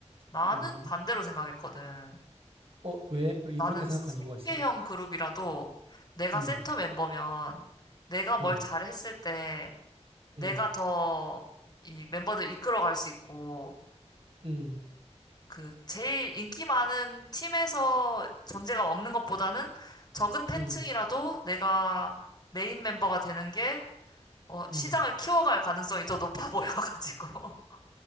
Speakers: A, on the left (about 35°); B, on the right (about 55°).
A: 나는
B: 어,
A: 반대로 생각했거든.
B: 어, 왜? 왜 이-
A: 나는
B: 그렇게 생각한
A: 생계형
B: 이유가 있어?
A: 그룹이라도 내가
B: 음,
A: 센터 멤버면 내가 뭘
B: 음,
A: 잘했을 때 내가
B: 음,
A: 더 이 멤버들 이끌어갈 수 있고
B: 음,
A: 그 제일 인기 많은 팀에서 존재감 없는 것보다는 적은 팬층이라도
B: 음,
A: 내가 메인 멤버가 되는 게 어, 시장을
B: 음.
A: 키워갈 가능성이 더 높아 <laughs> 보여가지고 <laughs>